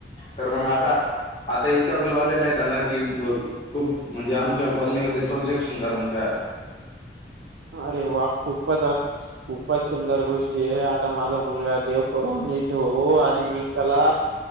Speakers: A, on the left; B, on the right.
A: तर मग आता आता इतका ग्लो आलेला आहे त्याला की, अ खूप म्हणजे आमच्या कॉलनीमध्ये तोच एक सुंदर मुलगा आहे आता.
B: अरे वाह खूपच खूपच सुंदर गोष्टी आहे, आता माझा मुलगा देव करून येतो आणि मी त्याला